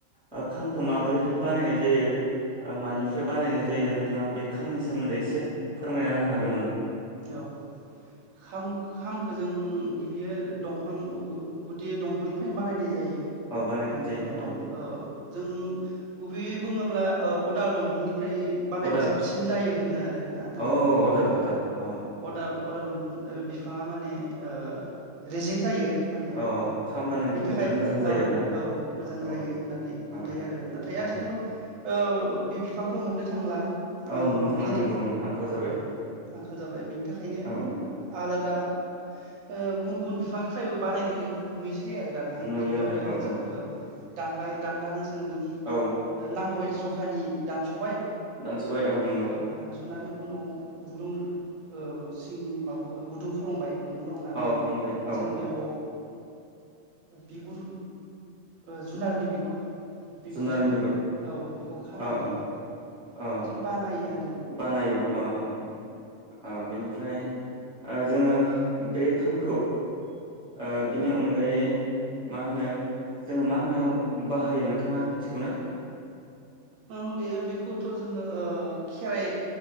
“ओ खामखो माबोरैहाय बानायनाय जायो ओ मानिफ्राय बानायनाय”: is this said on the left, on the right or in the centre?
Centre